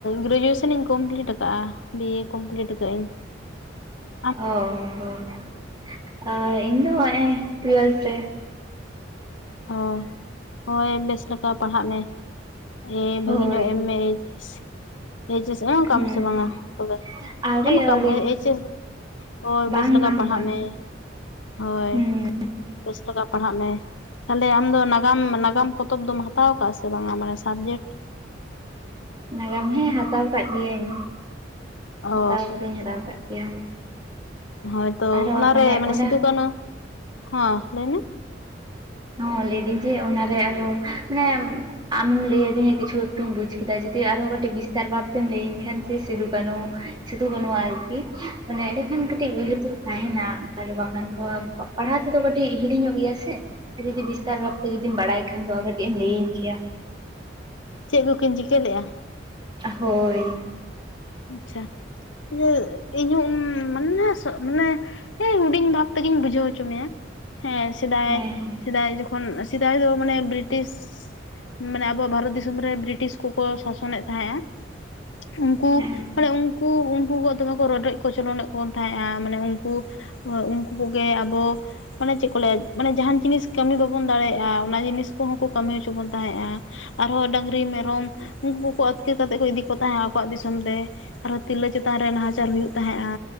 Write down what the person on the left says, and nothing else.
ᱜᱨᱮᱡᱩᱭᱮᱥᱮᱱᱤᱧ ᱠᱚᱢᱯᱞᱤᱴ ᱟᱠᱟᱜᱼᱟ ᱵᱤ. ᱮ. ᱠᱚᱢᱯᱞᱤᱴ ᱟᱹᱠᱟᱹᱜ ᱟᱹᱧ᱾ <inaudible>
ᱚ, ᱦᱳᱭ ᱵᱮᱥ ᱞᱮᱠᱟ ᱯᱟᱲᱦᱟᱜ ᱢᱮ᱾ ᱮ ᱵᱷᱟᱹᱜᱤ
ᱧᱚᱜ ᱮᱢ ᱢᱮ ᱮᱭᱤᱪ. ᱮᱥ. ᱾ ᱮᱭᱤᱪ. ᱮᱥ. ᱮᱢ ᱠᱟᱜ-ᱟᱢ
ᱥᱮ ᱵᱟᱝᱟ
ᱛᱚᱵᱮ?
ᱮᱢ ᱠᱟᱜ
ᱢᱮ ᱮᱭᱤᱪ. ᱮᱥ. ᱫᱚ᱾ ᱦᱳᱭ
ᱵᱮᱥ ᱞᱮᱠᱟ
ᱯᱟᱲᱦᱟᱜ
ᱢᱮ᱾ ᱦᱳᱭ
ᱵᱮᱥ ᱞᱮᱠᱟ ᱯᱟᱲᱦᱟᱜ ᱢᱮ᱾ ᱛᱟᱦᱚᱞᱮ ᱟᱢᱫᱚ ᱱᱟᱜᱟᱢ ᱱᱟᱜᱟᱢ ᱯᱚᱛᱚᱵ ᱫᱚᱢ ᱦᱟᱛᱟᱣ ᱠᱟᱜ-ᱟ ᱥᱮ ᱵᱟᱝᱟ ᱢᱟᱱᱮ ᱥᱟᱵᱡᱮᱠᱴ?
ᱚ
ᱦᱳᱭᱛᱚ
ᱚᱱᱟᱨᱮ ᱢᱟᱱᱮ
ᱥᱤᱫᱩ ᱠᱟᱹᱱᱦᱩ, ᱦᱚᱸ ᱞᱟᱹᱭ ᱢᱮ?
ᱪᱮᱫ ᱠᱚᱠᱤᱱ ᱪᱤᱠᱟᱹ ᱞᱮᱜ-ᱟ᱾
ᱟᱪᱪᱷᱟ, ᱤᱭᱟᱹ ᱤᱧᱦᱚᱸ ᱩᱱ ᱢᱟᱱᱮ ᱥᱚ ᱢᱟᱱᱮ ᱮᱭ ᱦᱩᱰᱤᱧ ᱵᱷᱟᱵ ᱛᱮᱜᱤᱧ ᱵᱩᱡᱷᱟᱹᱣ ᱦᱚᱪᱚ ᱢᱮᱭᱟ, ᱦᱮᱸ ᱥᱮᱫᱟᱭ
ᱥᱮᱫᱟᱭ ᱡᱚ ᱠᱷᱚᱱ ᱥᱮᱫᱟᱭ ᱫᱚ ᱢᱟᱱᱮ ᱵᱨᱤᱴᱤᱥ, ᱢᱟᱱᱮ ᱟᱵᱚᱣᱟᱜ ᱵᱷᱟᱨᱚᱛ ᱫᱤᱥᱚᱢ ᱨᱮ ᱵᱨᱤᱴᱤᱥ ᱠᱚᱠᱚ ᱥᱟᱥᱚᱱᱮᱜ ᱛᱟᱦᱮᱸᱜ-ᱟ᱾ ᱩᱱᱠᱩ
ᱩᱝᱠᱩ ᱩᱱᱠᱩ ᱠᱚ ᱫᱚᱢᱮ ᱠᱚ ᱨᱚᱰᱚᱡ ᱠᱚᱪᱚᱞᱚᱱᱮᱫ ᱵᱚᱱ ᱛᱟᱦᱮᱸᱫᱼᱟ ᱢᱟᱱᱮ ᱩᱱᱠᱩ ᱩᱱᱠᱩ ᱠᱚᱜᱮ ᱟᱵᱚ ᱢᱟᱱᱮ ᱪᱮᱫ ᱠᱚ ᱞᱟᱹᱭᱟ ᱢᱟᱱᱮ ᱡᱟᱦᱟᱸᱱ ᱡᱤᱱᱤᱥ ᱠᱟᱹᱢᱤ ᱵᱟᱵᱚᱱ ᱫᱟᱲᱮᱭᱟᱜᱼᱟ ᱚᱱᱟ ᱡᱤᱱᱤᱥ ᱠᱚᱦᱚᱸ ᱠᱚ ᱠᱟᱹᱢᱤ ᱦᱚᱪᱚ ᱵᱚᱱ ᱛᱟᱦᱮᱸᱜᱼᱟ, ᱟᱨᱦᱚᱸ ᱰᱟᱹᱝᱨᱤ, ᱢᱮᱨᱚᱢ ᱩᱝᱠᱩ ᱠᱚᱠᱚ ᱟᱹᱛᱠᱤᱨ ᱠᱟᱛᱮᱫ ᱠᱚ ᱤᱫᱤ ᱠᱚ ᱛᱟᱦᱮᱸᱫᱼᱟ ᱟᱠᱚᱣᱟᱜ ᱫᱤᱥᱚᱢ ᱛᱮ, ᱟᱨᱦᱚᱸ ᱛᱤᱨᱞᱟᱹ ᱪᱮᱛᱟᱱ ᱨᱮ ᱱᱟᱦᱟᱪᱟᱨ ᱦᱩᱭᱩᱜ ᱛᱟᱦᱮᱸᱫᱼᱟ᱾